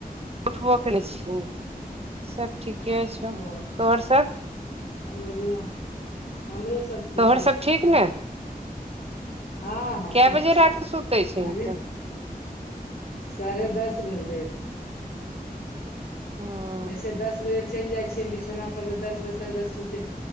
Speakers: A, on the right; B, on the left.
A: उठबो कर छियै सब ठीके छौ
B: ओ
A: आओर सब
B: हम अभी अ-हमरो सब ठीके
A: तोहर सब
B: छै
A: ठीक ने
B: हँ हँ
A: काए
B: सब
A: बजे
B: ठीक
A: रात के सुते छहीं
B: अभी
A: तु
B: साढ़े दस बजले आय
A: हाँ
B: अइसे दस बजे चलि जाइ छियै बिछौना पर तऽ दस बजेसँ तक सुते